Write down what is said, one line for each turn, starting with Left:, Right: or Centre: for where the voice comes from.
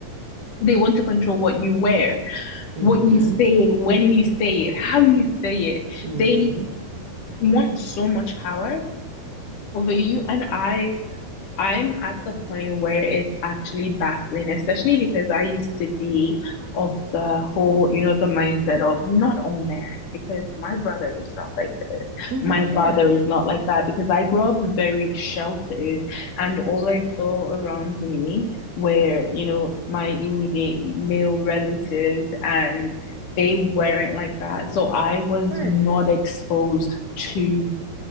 Left: They want to control what you wear,
Right: Mm-hmm.
Left: what you say, when you say it, how you say it.
Right: Mm-hmm.
Left: They want so much power over you. And I I'm at the point where it's actually baffling, especially because I used to be of the whole, you know, the mindset of not all men, because my brother is not like this.
Right: Mm-hmm.
Left: My father
Right: Yeah.
Left: is not like that, because I grew up very sheltered and all I saw around me were, you know, my immediate male relatives and they weren't like that. So I was
Right: Right.
Left: not exposed to